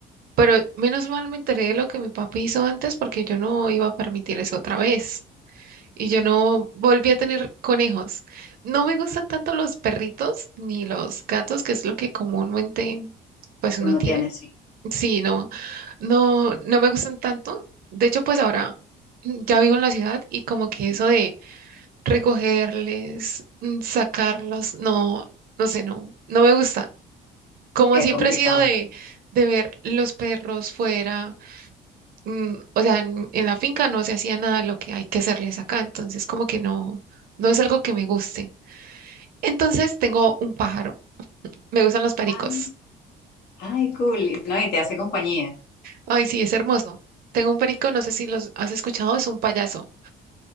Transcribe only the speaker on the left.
Uno
tiene, sí,
es
complicado.
Ah, Ay, cool. No, y te hace compañía.